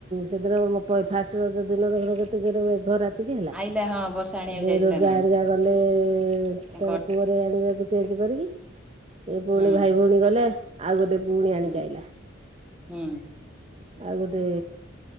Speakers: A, on the right; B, in the centre.
A: ସେଦିନ ମ ପ ଫାଷ୍ଟ ରଜ ଦିନ ଦେଖୁନ କେତେ ଜୋରରେ ମେଘ ରା ତିକି ହେଲା।
B: ଆଇଲା ହଁ ବର୍ଷା ଆଣିବାକୁ
A: ସେ
B: ଯାଇଥିଲା
A: ରୋଗା
B: ନା
A: ହେରିକା
B: କଣ
A: ଗଲେ
B: ତାଙ୍କ
A: ତା
B: ଅଟୋ।
A: ପୁଅର ଆଣିବାକୁ ଚେଞ୍ଜ କରିକି ଏ ପୁଣି
B: ହୁଁ
A: ଭାଇ ଭଉଣୀ ଗଲେ ଆଉ ଗୋଟେ ପୁଣି
B: ହୁଁ
A: ଆଣିକି ଆଇଲା।
B: ହୁଁ।
A: ଆଉ ଗୋଟେ